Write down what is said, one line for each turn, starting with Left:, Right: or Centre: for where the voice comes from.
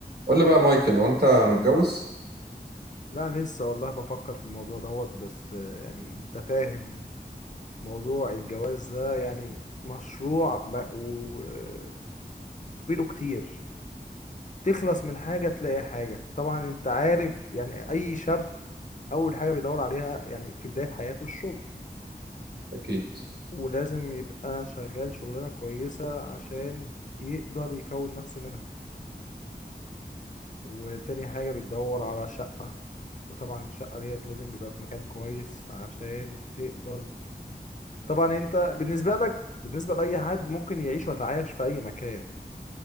Right: قول لي بقى مايكل وانت متجوز
Left: لا لسه والله بفكر في الموضوع دوت بس آه، يعني انت فاهم موضوع الجواز ده يعني مشروع ومشاويره كتير تخلص من حاجة تلاقي حاجة طبعا انت عارف يعني اي شاب اول حاجة بيدور عليها يعني في بداية حياته الشغل
Right: أكيد
Left: ولازم يبقى شغال شغلانة كويسة عشان يقدر يكون نفسه منها وتاني حاجة بتدور على شقة وطبعا الشقة ديت لازم يبقى في مكان كويس عشان تقدر طبعا انت بالنسبة لك بالنسبة لأي حد ممكن يعيش ويتعايش في أي مكان